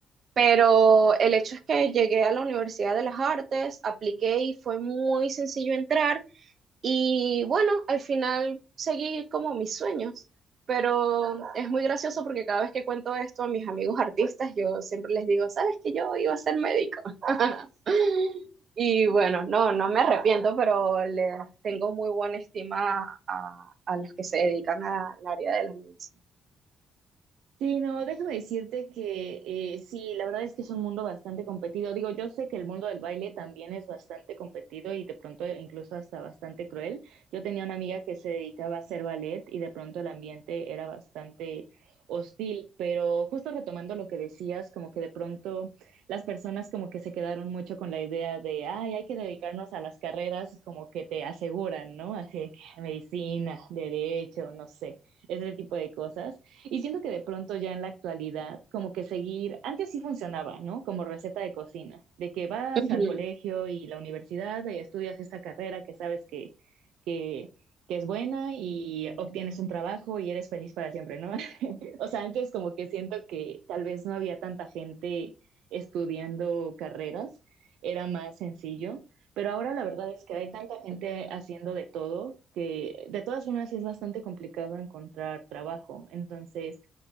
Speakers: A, on the right; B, on the right.
A: pero el hecho es que llegué a la Universidad de las Artes, apliqué y fue muy sencillo entrar y bueno, al final seguí como mis sueños. Pero es muy gracioso porque cada vez que cuento esto a mis amigos artistas, yo siempre les digo, ¿sabes que yo iba a ser médico? <laughs> Y bueno, no, no me arrepiento, pero les tengo muy buena estima a, a los que se dedican al área de la medicina.
B: Sí, no, déjame decirte que eh, sí, la verdad es que es un mundo bastante competido. Digo, yo sé que el mundo del baile también es bastante competido y de pronto incluso hasta bastante cruel. Yo tenía una amiga que se dedicaba a hacer ballet y de pronto el ambiente era bastante hostil, pero justo retomando lo que decías, como que de pronto las personas como que se quedaron mucho con la idea de, ay, hay que dedicarnos a las carreras como que te aseguran, ¿no? Así de que medicina, derecho, no sé, ese tipo de cosas. Y siento que de pronto ya en la actualidad, como que seguir, antes sí funcionaba, ¿no? Como receta de cocina, de que vas
A: Ujú,
B: al colegio y la universidad y estudias esta carrera que sabes que, que, que es buena y obtienes un trabajo y eres feliz para siempre, ¿no? <laughs> o sea, antes como que siento que tal vez no había tanta gente estudiando carreras, era más sencillo, pero ahora la verdad es que hay tanta gente haciendo de todo que de todas formas es bastante complicado encontrar trabajo. Entonces,